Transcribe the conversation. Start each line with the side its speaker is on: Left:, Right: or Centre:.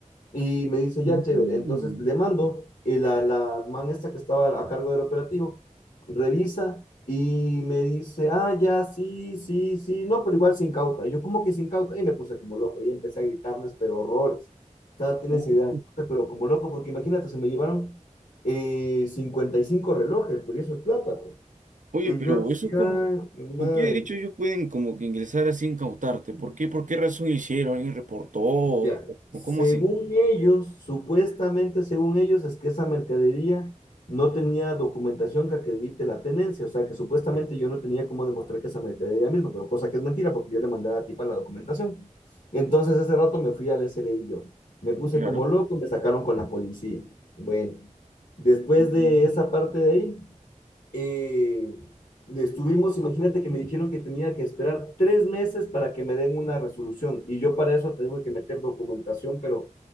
Left: Y me dice, ya,
Right: Mm.
Left: chévere. Entonces le mando, y la, la man esta que estaba a cargo del operativo, revisa y me dice, ah, ya, sí, sí, sí, no, pero igual sin cauta. Y yo, ¿cómo que sin cauta? Y me puse como loco y empecé a gritarles, pero horrores. O sea, no tienes
Right: Oh.
Left: idea, pero como loco, porque imagínate, se me llevaron eh, 55 relojes, pues y eso es plata, pues.
Right: Oye,
Left: Y
Right: pero
Left: yo así,
Right: eso es como,
Left: ay, madre.
Right: ¿con qué derecho ellos pueden como que ingresar así e incautarte? ¿Por qué? ¿Por qué razón hicieron? ¿Alguien reportó? ¿O
Left: Ya, según
Right: o cómo así?
Left: ellos, supuestamente según ellos, es que esa mercadería no tenía documentación que acredite la tenencia, o sea que supuestamente yo no tenía cómo demostrar que esa mercadería misma, pero cosa que es mentira porque yo le mandé a la tipa la documentación. Entonces ese rato me fui al SRI yo, me puse
Right: Claro.
Left: como loco, me sacaron con la policía. Bueno, después
Right: Ujú.
Left: de esa parte de ahí, eh, estuvimos, imagínate que me dijeron que tenía que esperar tres meses para que me den una resolución y yo para eso tengo que meter documentación, pero